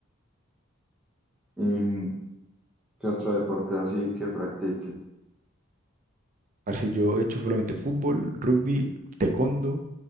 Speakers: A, in the centre; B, on the right.
A: ¿Y mm, qué otro deporte así que practique?
B: Parce, yo he hecho solamente fútbol, rugby, taekwondo,